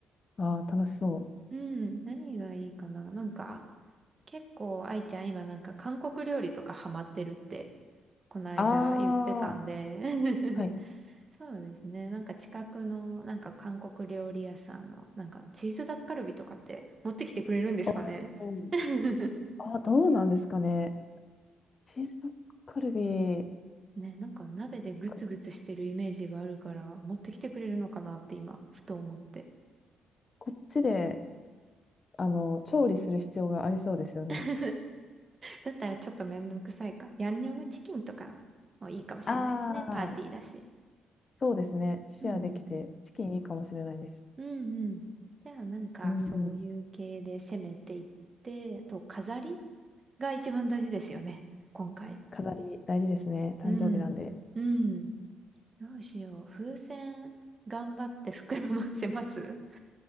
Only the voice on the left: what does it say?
ああ、楽しそう。
ああ、
はい。
おー
あ、どうなんですかね。チーズタッカルビ、
こ
こっちで、あの、調理する必要がありそうですよね。
あ
あ、そうですね。シェアできて、
チキンいいかもしれないです。
うん、
飾り大事ですね。誕生日なんで。